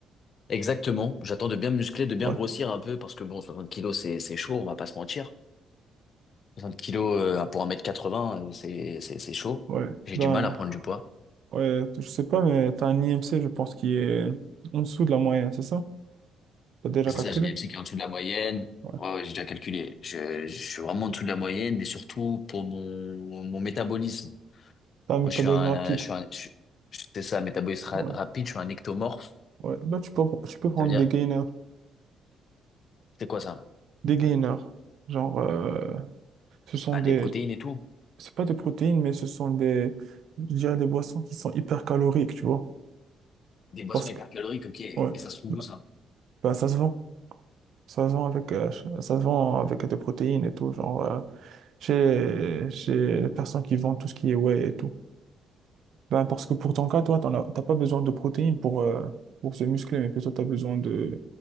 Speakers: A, on the left; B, on the right.
A: Exactement. J'attends de bien me muscler, de bien
B: Ouais.
A: grossir un peu parce que bon, 60 kilos, c'est, c'est chaud, on va pas se mentir. 60 kilos euh, pour 1m80, euh, c'est, c'est, c'est chaud.
B: Ouais.
A: J'ai
B: Ben.
A: du mal à prendre du poids.
B: Ouais, je sais pas, mais t'as un IMC, je pense, qui est en dessous de la moyenne, c'est ça? T'as déjà
A: C'est
B: calculé?
A: ça, j'ai des MC qui est en dessous de la moyenne.
B: Ouais.
A: Ouais, ouais, j'ai déjà calculé. Je, je suis vraiment en dessous de la moyenne, mais surtout pour mon, mon métabolisme.
B: T'as un métabolisme
A: Moi, je suis un,
B: rapide.
A: je suis un, je- je- c'est ça, métabolisme ra-
B: Ouais.
A: rapide, je suis un ectomorphe.
B: Ouais. Bah, tu peux, tu peux prendre
A: Ça veut dire,
B: des gainers.
A: c'est quoi ça?
B: Des gainers. Genre, euh, ce sont
A: Ah,
B: des.
A: des protéines et tout.
B: C'est pas des protéines, mais ce sont des. Je dirais des boissons qui sont hyper caloriques, tu vois.
A: Des boissons
B: Parce
A: hypercaloriques,
B: que.
A: ok. Et
B: Ouais.
A: ça se trouve
B: Bah,
A: où ça?
B: bah, ça se vend. Ça se vend avec, euh, ch- ça se vend avec des protéines et tout. Genre, euh, chez, chez les personnes qui vendent tout ce qui est whey et tout. Ben, parce que pour ton cas, toi, t'en as, t'as pas besoin de protéines pour, euh, pour se muscler, mais plutôt tu as besoin de